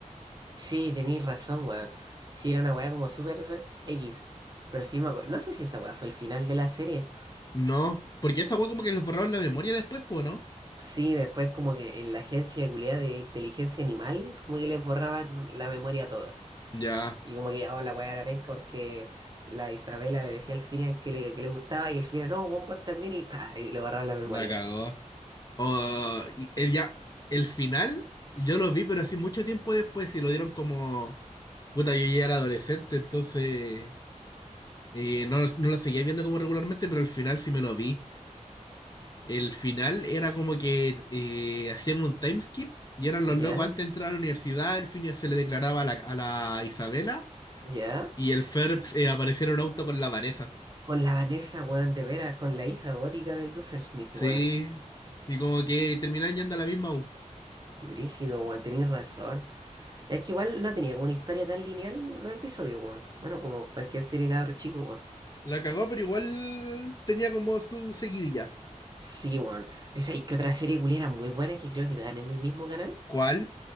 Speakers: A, on the right (about 35°); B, on the left (about 30°).
A: Sí, tenéis razón, weón. Sí, era una weá como súper X. Pero sí me acuerdo. No sé si esa weá fue el final de la serie.
B: No, porque esa weá como que les borraron la memoria después, pues, ¿no?
A: Sí, después como que en la agencia culiá de inteligencia animal, como que les borraban la memoria a todos.
B: Ya,
A: Y como que, oh, la weá era penca porque la Isabela le decía al Finian que le, que le gustaba y el Finian, no, weón, vos también, y pa, y le borraban la memoria
B: la cagó.
A: así.
B: Oh, y el ya, el final, yo lo vi, pero así mucho tiempo después y lo dieron como, puta, yo ya era adolescente, entonces eh, no, no lo seguía viendo como regularmente, pero el final sí me lo vi. El final era como que eh, hacían un time skip y eran los
A: ¿Ya?
B: locos antes de entrar a la universidad, el fin se le declaraba a la, a la Isabela
A: ¿Ya?
B: y el Ferbs eh, aparecía en un auto con la Vanessa.
A: Con la Vanessa, weón, de veras, con la hija gótica del Doofenshmirtz,
B: Sí,
A: weón.
B: y como que terminaban yendo a la misma U.
A: Brígido, weón, tenés razón. Es que igual no tenía como una historia tan lineal los episodios, weón. Bueno, como cualquier serie de cabros chicos, weón.
B: La cagó, pero igual tenía como su seguidilla.
A: Sí, weón. Esa y que otra serie culiera muy buena que creo que dan en el mismo canal.
B: ¿Cuál?